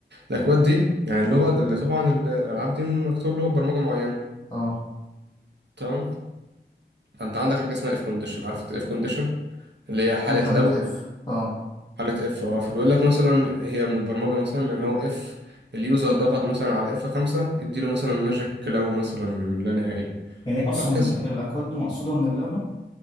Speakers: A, on the right (about 70°); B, on the left (about 25°).
A: الاكواد دي يعني اللغه اللي طبعا ال- الالعاب دي مكتوب لغه برمجه معينه
B: اه
A: تمام فانت عندك حاجه اسمها اف كونديشن عارف الاف كونديشن اللي هي حاله
B: مرحلة
A: لو
B: اف اه
A: حالة اف اه فبيقول لك مثلا هي من البرمجة مثلا ان هو اف اليوزر ضغط مثلا على اف خمسة اديله مثلا ماجيك كلاو مثلا لا نهائي
B: يعني إيه اصلا
A: وهكذا
B: ال- الاكواد دي مقصوده من اللعبه